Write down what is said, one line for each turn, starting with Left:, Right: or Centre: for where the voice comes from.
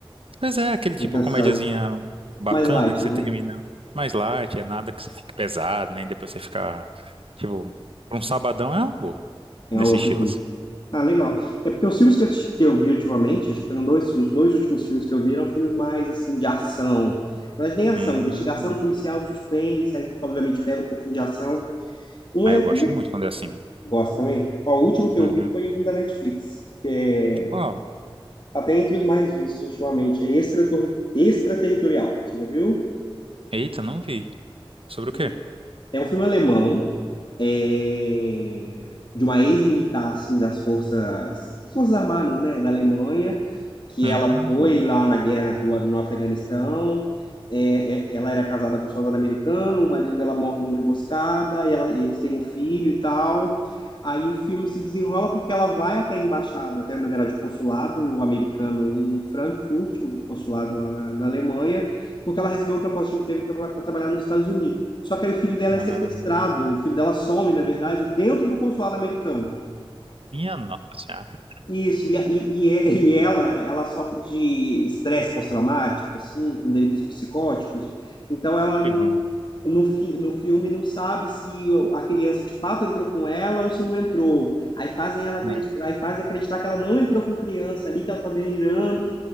Right: Pois é, aquele tipo
Left: muita canção.
Right: comédiazinha bacana
Left: Mais light,
Right: que você
Left: né?
Right: termina mais light, é nada que você fique pesado, nem depois você ficar, tipo, pra um sabadão é uma boa,
Left: É
Right: nesse
Left: algo
Right: estilo assim.
Left: Ah, legal. É porque os filmes que eu, ti- que eu vi ultimamente, acho que foram dois, os dois últimos filmes que eu vi eram filmes mais, assim, de ação. Na verdade, nem ação,
Right: Hum,
Left: investigação policial, suspense, aí, obviamente, pega um pouquinho de ação. Um
Right: aí
Left: é...
Right: eu
Left: até...
Right: gosto muito quando é assim.
Left: Gosto também. Ó, o último que eu
Right: Uhum.
Left: vi foi um da Netflix, que é...
Right: Uau,
Left: tá até entre os mais vistos ultimamente, é Extratorri- Extraterritorial. Você já viu?
Right: eita, não vi. Sobre o
Left: E
Right: quê?
Left: É um filme alemão, é, de uma ex-militar, assim, das forças... das forças armadas, né, da Alemanha, que
Right: Hum,
Left: ela foi lá na guerra do, no Afeganistão. É, é, ela era casada com um soldado americano, o marido dela morre numa emboscada, e ela- e eles têm um filho e tal. Aí o filme se desenrola porque ela vai até a embaixada, até na verdade o consulado americano em Frankfurt, o consulado lá na, na Alemanha, porque ela recebeu uma proposta de emprego para trabalhar nos Estados Unidos. Só que aí o filho dela é
Right: ah,
Left: sequestrado, o filho dela some, na verdade, dentro do consulado americano.
Right: minha nossa senhora.
Left: Isso, e, a- e, e é- <laughs> e ela, ela sofre de estresse pós-traumático, assim, com delírios psicóticos. Então, ela, n-
Right: Fui longo.
Left: no, fi, no filme, não sabe se o- a criança de fato entrou com ela ou se não entrou. Aí fazem ela acreditar,
Right: Ah,
Left: aí fazem acreditar que ela não entrou com criança ali, que ela tá delirando.